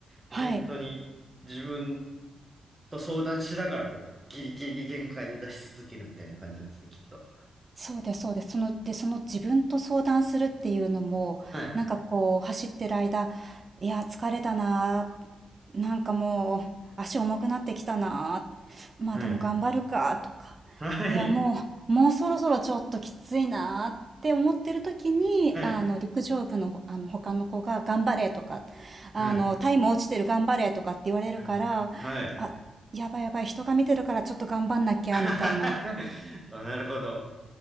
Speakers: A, on the right (about 20°); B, on the right (about 35°).
A: 本当に自分
B: はい。
A: と相談しながら、こう、ギリギリ限界を出し続けるみたいな感じなんですね、きっと。
B: そうです、そうです。その、で、その自分と相談するっていうのも、
A: はい。
B: なんかこう、走ってる間、いや、疲れたなあ、なんかもう、足重くなってきたなあ、まあでも頑張るか、
A: はい。
B: とか、
A: はい。
B: いや、もう、もうそろそろちょっときついなあって思ってる時に、
A: はい。
B: あの、陸上部の、あの、他の子が、頑張れとか、
A: はい。
B: あの、タイム落ちてる頑張れとかって言われるから、
A: はい。はい。
B: あ、やばいやばい、人が見てるからちょっと頑張んなきゃ、
A: <laughs>
B: みたいな。
A: あ、なるほど。